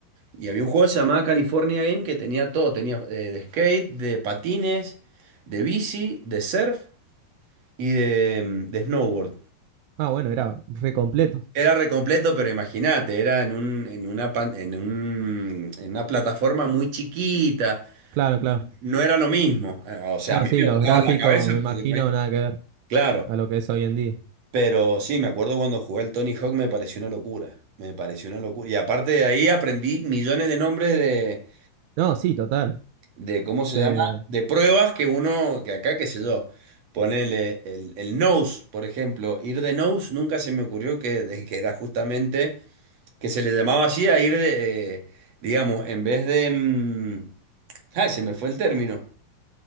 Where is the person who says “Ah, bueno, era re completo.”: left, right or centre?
Right